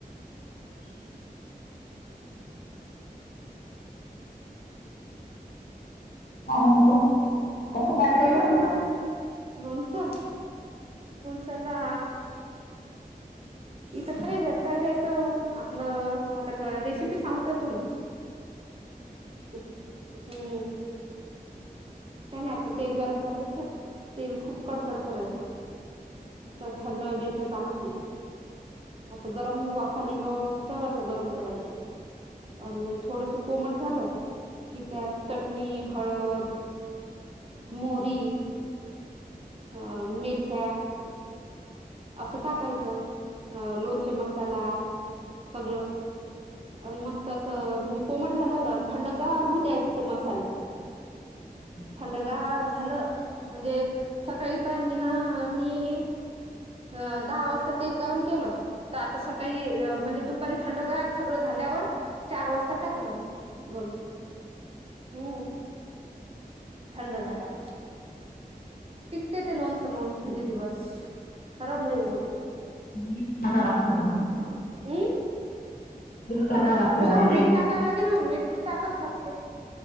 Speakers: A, on the right (about 40°); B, on the left (about 65°).
A: <inaudible>
B: का म्हणतो कस <unintelligible> लोणच.
A: लोणचं, लोणचं अता इथं कैर्‍या-कैर्‍याच आपलं आता क रेसिपी सांगू काय तुला. <inaudible> हम्म. काय नाय आपलं तेल गरम करायचं तेल खूप कडकड करायच थंड-बिंड चालत नाही. असं गरम वाफा निघोस्तोवर असं गरम करायचं आणि मग थोडस कोमट झा झालं की त्यात चटणी, हळद मोहरी अ मेथ्या असं टाकायचं अ लोणचे मसाला सगळं आणि मस्त असं म्हणजे कोमट झाल्यावर आणि थंड गार होऊ द्यायचं ते मसाले.
B: <inaudible>
A: थंडगार झालं म्हणजे सकाळी पाय मी ना मी अ दहा वाजता तेल गरम केलं. तर आता सकाळी म्हणजे दुपारी थंडगार सगळं झाल्यावर चार वाजता टाकलं म. लोणच <inaudible> हम् <inaudible> थंड झाल्यावर. टिकते ते लोणचं मंग किती दिवस खराब नाही होत.
B: ह् आता लागत्याता मसाला
A: हम्म.
B: टाकावं लागते
A: हो
B: का
A: मीठ टाकावं लागेल ना मीठ तर टाकावच लागते.